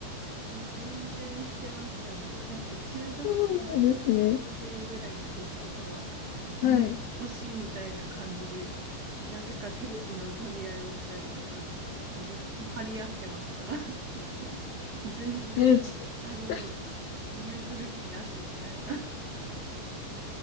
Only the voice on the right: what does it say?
もう全然してましたね。なんか中学生とか高校生ぐらいの時とかは、
もう同じ年みたいな感じで、
なぜかテレビの取り合いをしたりとか、めっちゃ張り合ってました。<laughs> 全然、
あの、
譲る気なしみたいな。